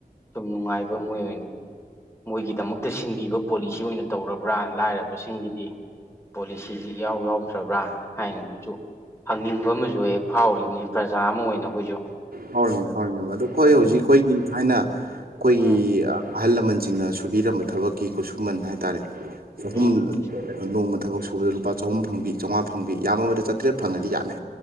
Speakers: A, on the left; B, on the right.
A: ꯁꯨꯝ ꯅꯨꯡꯉꯥꯏꯕ ꯃꯣꯏ ꯑꯣꯏꯅ ꯃꯣꯏꯒꯤꯗꯃꯛꯇ ꯁꯤꯟꯕꯤꯕ ꯄꯣꯂꯤꯁꯤ ꯑꯣꯏꯅ ꯇꯧꯔꯕ꯭ꯔꯥ ꯂꯥꯏꯔꯕꯁꯤꯡꯒꯤꯗꯤ ꯄꯣꯂꯤꯁꯤꯁꯤ ꯏꯌꯥꯎ ꯌꯥꯎꯗ꯭ꯔꯕ꯭ꯔꯥ ꯍꯥꯏꯅꯁꯨ ꯍꯪꯅꯤꯡꯕ ꯑꯃꯁꯨ ꯍꯦ ꯐꯥꯎꯔꯤꯕꯅꯤ ꯄ꯭ꯔꯖꯥ ꯑꯃ ꯑꯣꯏꯅ ꯑꯩꯈꯣꯏꯁꯨ
B: ꯐꯥꯎꯔꯝꯃꯤ
A: ꯑꯗꯣ
B: ꯐꯥꯎꯔꯝꯃꯤ ꯑꯗꯣ ꯑꯩꯈꯣꯏ
A: ꯑꯗꯨꯅꯤ
B: ꯍꯧꯖꯤꯛ ꯑꯩꯈꯣꯏꯒꯤ ꯊꯥꯏꯅ ꯑꯩꯈꯣꯏꯒꯤ
A: ꯎꯝ
B: ꯑꯍꯜ ꯂꯃꯟꯁꯤꯡꯅ ꯁꯨꯕꯤꯔꯝꯕ ꯊꯕꯛꯀꯤ ꯈꯨꯠꯁꯨꯃꯟ ꯍꯥꯏꯇꯥꯔꯦ ꯆꯍꯨꯝ
A: ꯎꯝ
B: ꯅꯣꯡꯃ ꯊꯕꯛ ꯁꯨꯕꯥꯗ ꯂꯨꯄꯥ ꯆꯥꯍꯨꯝ ꯐꯪꯕꯤ ꯆꯝꯉꯥ ꯐꯪꯕꯤ ꯌꯥꯝꯃꯕꯗ ꯆꯥꯇ꯭ꯔꯦꯠ ꯐꯪꯉꯗꯤ ꯌꯥꯝꯃꯦ